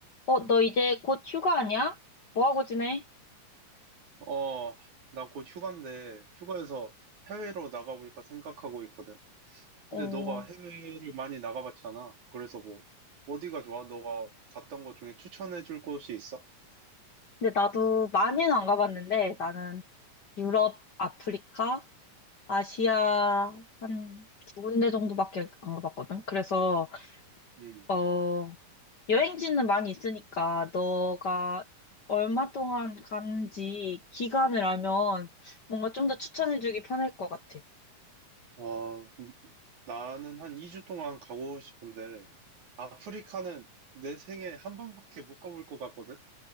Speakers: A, on the left; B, on the right.
A: 어, 너 이제 곧 휴가 아니야? 뭐 하고 지내?
B: 어, 나 곧 휴가인데, 휴가에서 해외로 나가볼까 생각하고 있거든.
A: 어,
B: 근데 너가 해외를 많이 나가봤잖아. 그래서 뭐, 어디가 좋아? 너가 갔던 곳 중에 추천해줄 곳이 있어?
A: 근데 나도 많이는 안 가봤는데 나는 유럽, 아프리카, 아시아 한 두 군데 정도밖에 안 가봤거든. 그래서
B: 음.
A: 어, 여행지는 많이 있으니까 너가 얼마 동안 가는지 기간을 알면 뭔가 좀 더 추천해주기 편할 것 같아.
B: 어, 나는 한 2주 동안 가고 싶은데, 아프리카는 내 생에 한 번밖에 못 가볼 것 같거든?